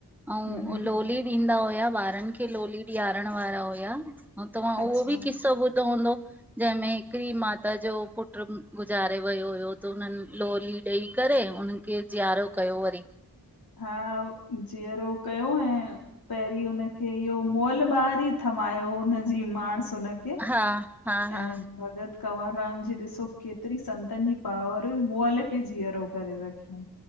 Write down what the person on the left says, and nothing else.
हम्म हम्म
अच्छा
हा, जीअरो कयो ऐं पहिरीं हुनखे, इह्यो मुअल ॿार ई थमायो हुनजी माणहस हुनखे खे
ऐं
भॻत कंवरराम जी ॾिसो, केतिरी संतनि जी पावर, मुअल खे जीअरो करे रखियंऊं।